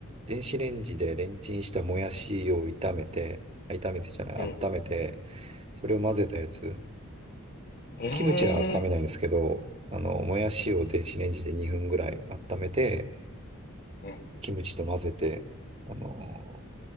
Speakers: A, on the right; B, on the left.
A: 電子レンジでレンチンしたもやしを炒めて、あ炒めてじゃない、
B: え、
A: 温めて、それを混ぜたやつ。
B: え、ええ、
A: キムチは温めないんですけど、あの、もやしを電子レンジで2分ぐらい温めて、
B: え、え、
A: キムチと混ぜて、あの、